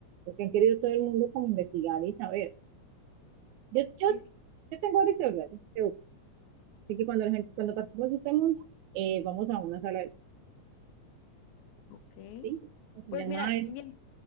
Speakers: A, on the right; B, on the left.
A: lo que han querido todo el mundo como investigar y saber. Yo, yo,
B: Sí, sí.
A: yo tengo varias teorías, yo creo. así que cuando, la gente, cuando partimos de este mundo, eh, vamos a una sala de
B: Ok.
A: sí, se
B: Pues
A: llama
B: mira,
A: este,
B: bien.